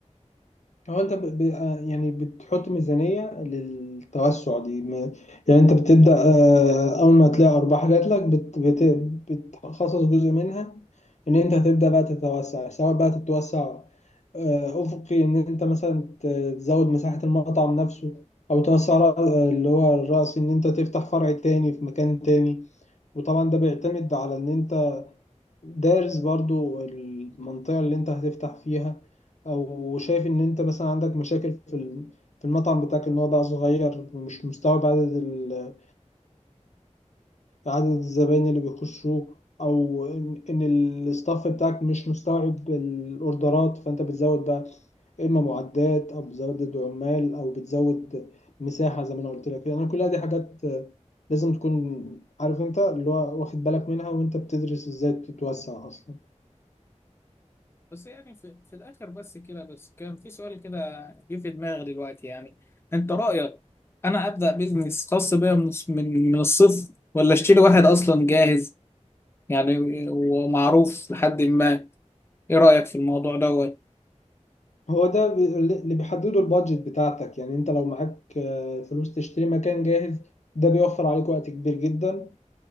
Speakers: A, on the left (about 70°); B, on the left (about 20°).
A: هو انت ب... ب... آه، يعني بتحط ميزانية للتوسع دي م- يعني انت بتبدأ آه، اول ما تلاقي ارباح جات لك بت... بت... بتخصص جزء منها ان انت هتبدأ بقى تتوسع سواء بقى تتوسع آه، افقي ان انت مثلا ت- تزود مساحة المطعم نفسه او توسع رأ- آه، اللي هو الرأس ان انت تفتح فرع تاني في مكان تاني وطبعا ده بيعتمد على ان انت دارس برضو المنطقة اللي انت هتفتح فيها او شايف ان انت مثلا عندك مشاكل في ال- في المطعم بتاعك ان هو بقى صغير ومش مستوعب عدد ال- عدد الزباين اللي بيخشوه او ان إن الستاف بتاعك مش مستوعب الاوردرات فانت بتزود بقى اما معدات او بتزود عمال او بتزود مساحة زي ما انا قلت لك يعني كلها دي حاجات لازم تكون عارف انت اللي هو واخد بالك منها وانت بتدرس ازاي تتوسع اصلا
B: بس يعني في, في الاخر بس كده بس كان في سؤال كده جه في دماغي دلوقتي يعني انت رايك انا ابدا بيزنس خاص بيا من من من الصفر ولا اشتري واحد اصلا جاهز يعني ومعروف لحد ما ايه رايك في الموضوع دوت
A: هو ده ب- اللي بيحدده البادجت بتاعتك يعني انت لو معاك آه، فلوس تشتري مكان جاهز ده بيوفر عليك وقت كبير جدا